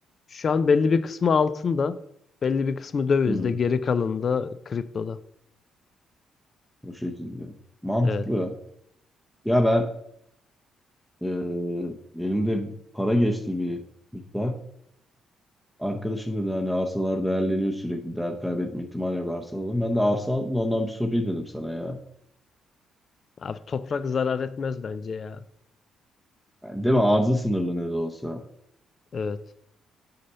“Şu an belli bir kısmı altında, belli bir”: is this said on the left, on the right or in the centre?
Left